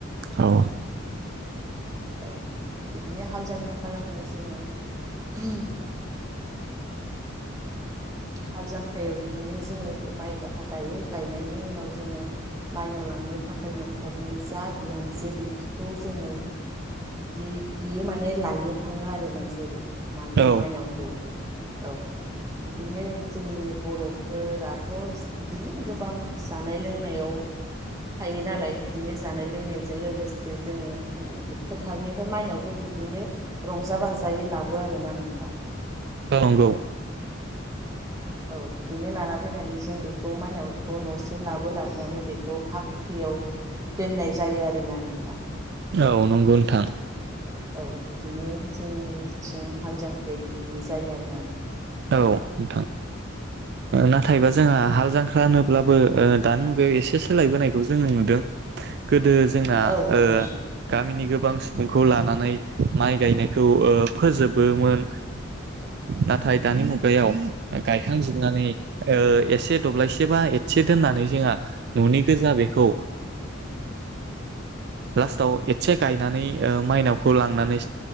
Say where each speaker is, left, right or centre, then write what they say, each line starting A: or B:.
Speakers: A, on the right; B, on the right.
A: औ।
B: औ बिदिनो हाल जांख्रा खालामनायाव जोङो उम। हाल जांख्रायाव बिदिनो जोङो माइ गायो गायनायनि उनाव जोङो माइनाव लांनो थाखाय न'खरनि जा बिहामज जो बिखौ जोङो बिदि बियो माने लायनो थाङो आरोना जों जेरै माइ
A: औ
B: माइनावखौ औ बिदिनो जोंनि बर'फोराथ' बिदिनो गोबां जानाय लोंनायाव थायो नालाय बिदिनो जानाय लोंनायजों लोगोसे जोङो फोथारनिफ्राय माइनावखौ बिदिनो रंजा बाजायै लाबो आरोना नोंथां
A: औ नंगौ
B: औ बिदिनो लाना फैनानै जों बेखौ मायनावखौ न'सिम लाबो लाबोनानै बेखौ बाख्रियाव दोननाय जायो आरोना नोंथां
A: औ नंगौ नोंथां
B: औ बिदिनो जोंनिथिं हाल जांख्राया बिदिनो जायो आरो ना
A: औ नोंथां नाथायबा जोंहा हाल जांख्रा ख्रा होनोब्लाबो दानि मुगायाव एसे सोलायबोनायखौ जोङो नुदों गोदो जोंना
B: औ नंगौ
A: ओ
B: नोंथां
A: गामिनि गोबां बिखौ लानानै माइ गायनायखौ ओ फोजोबोमोन नाथाय दानि मुगायाव गायखांजोबनानै ओ एसे दब्लायसेबा एसे दोननानै जोंहा न'नि गोजा बेखौ लास्टाव एसे गायनानै मायनावखौ लांनानै